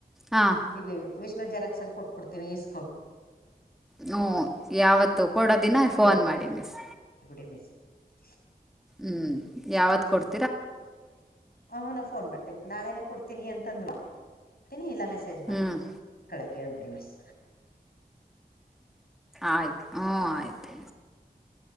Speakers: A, in the centre; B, on the left.
A: ಹಾಂ
B: ಇಲ್ಲಿ ವಿಷ ಜೆರಕ್ಸ್ ಅಲ್ಲಿ ಕೊಟ್ಬಿಡ್ತೀನಿ ಈಸ್ಕೋ
A: ಹ್ಮ ಯಾವತ್ತು ಕೊಡೋ ದಿನ
B: ಕಳಕ್ಕೆ
A: ಫೋನ್ ಮಾಡಿ ಮಿಸ್
B: ಹೇಳ್ಬಿಡಿ <inaudible>
A: ಹ್ಮ್ ಯಾವತ್ ಕೊಡ್ತ <inaudible>
B: ಹ ನಾ ಫೋನ್ ಮಾಡ್ತೇನೆ ನಾಳೆನೆ ಕೊಡ್ತೀನಿ ಅಂತಂದ್ವಾ <inaudible> ಕೊತೀನಿ ಇಲ್ಲ ಮೆ <inaudible> ಮೆಸೇಜ್
A: ಹ್ಮ್
B: <inaudible> ಕೇಳ್ಬಿಡಿ ಮಿಸ್
A: ಆಯ್ತು ಹ್ಮ ಆಯ್ತು